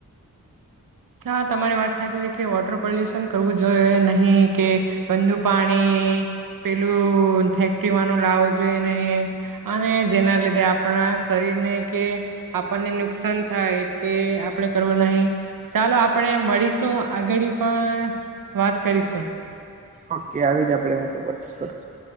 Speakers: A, on the right; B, on the right.
A: હા તમારી વાત સાચી છે કે વોટર પોલ્યુશન કરવું જોએ નહીં કે ગંદુ પાણી પેલું ફેક્ટરી વાનું લાવવો જોઈએ નહીં અને જેના લીધે આપણા શરીરને કે આપણને નુકસાન થાય તે આપણે કરવું નહીં. ચાલો આપણે મળીશું આગડી ફા વાત કરીશું.
B: ઓકે આવી જ આપડે વાતો કર કરશું.